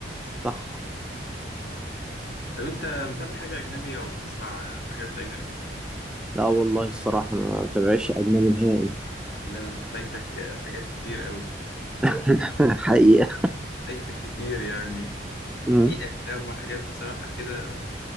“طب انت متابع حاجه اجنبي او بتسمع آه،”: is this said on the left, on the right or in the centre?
Left